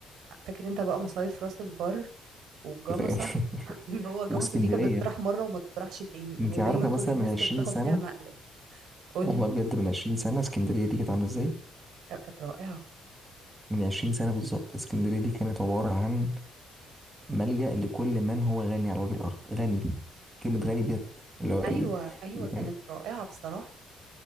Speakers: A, on the right (about 75°); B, on the right (about 20°).
A: فاكر انت بقى مصايف راس البر والجمصه
B: أنت فاهم <laughs>
A: اللي هو الجاموسة
B: واسكندرية
A: دي كانت بتطرح مرة وما تطرحش تاني
B: أنت
A: يعني ودايما
B: عارفة مثلا
A: كل الناس
B: من 20
A: كانت بتاخد
B: سنة
A: فيها مقلب قول
B: والله
A: لي
B: بجد من 20 سنة اسكندرية دي كانت عاملة إزاي؟
A: لا كانت رائعة
B: من 20 سنة بالظبط اسكندرية دي كانت عبارة عن ملجأ لكل من هو غني على وجه الأرض غني كلمة غني بجد اللي هو ال-
A: أيوة أيوة
B: اللي
A: كانت
B: كان
A: رائعة بصراحة